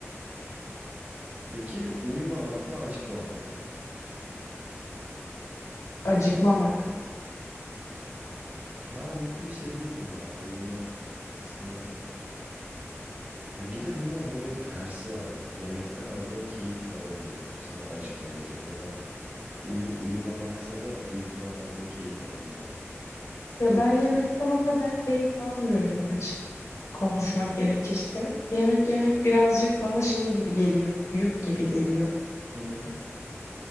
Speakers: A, on the right (about 30°); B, on the left (about 85°).
A: Peki uyumamak mı acıkmamak mı?
B: Acıkmamak.
A: Ben uykuyu seviyorum ya. Uyumak aslında. Ya bir de bunun hani böyle tersi var yani. Yemekten aldığın keyif de olmayacak bu sefer acıkmayınca ya da uyu uyumamaksa da uykudan aldığın keyif olmayacak.
B: Ya
A: Dolu.
B: ben yemekten o kadar keyif almıyorum açık konuşmak gerekirse. Yemek yemek birazcık bana şey gibi geliyor, yük gibi geliyor.
A: Hı hı.